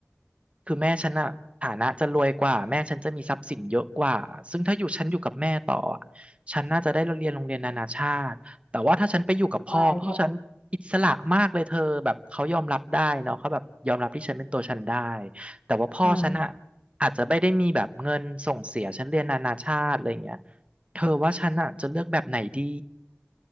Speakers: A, on the right; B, on the left.
A: คือแม่ฉันอะฐานะจะรวยกว่าแม่ฉันจะมีทรัพย์สินเยอะกว่าซึ่งถ้าอยู่ฉันอยู่กับแม่ต่ออะฉันน่าจะได้เรียนโรงเรียนนานาชาติแต่ว่าถ้าฉันไปอยู่กับพ่อพ่อฉันอิสระมากเลยเธอแบบเขายอมรับได้เนาะเขาแบบยอมรับที่ฉันเป็นตัวฉันได้
B: สบายก็
A: แต่ว่าพ่อฉันอะ
B: อืม
A: อาจจะไม่ได้มีแบบเงินส่งเสียฉันเรียนนานาชาติอะไรอย่างเงี้ยเธอว่าฉันอะจะเลือกแบบไหนดี